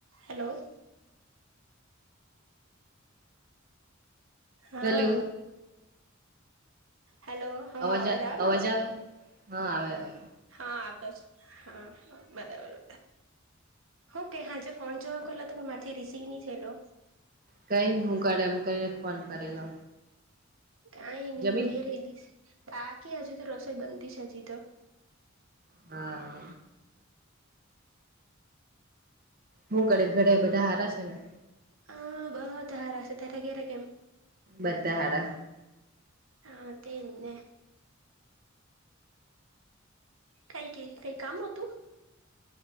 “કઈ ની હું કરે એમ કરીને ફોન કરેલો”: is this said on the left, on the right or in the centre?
Right